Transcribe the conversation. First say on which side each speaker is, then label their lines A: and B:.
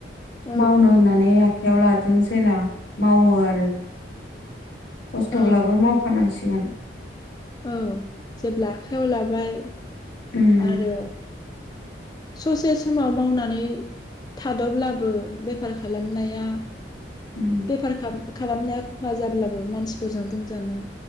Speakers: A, on the left (about 20°); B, on the left (about 75°).
A: औ
B: मावानो होननानै आखायाव लादों जेला मावो आरो खस्थ'ब्लाबो
A: औ
B: मावखानांसिग सिगोन
A: औ जेब्ला आखाइयाव लाबाय
B: उम
A: आरो ससे समाव मावनानै थादब्लाबो बेफार खालामनाया
B: उम
A: बेफार खाम खालामनाया खहा जाब्लाबो मानसिफोरजों बुंजानो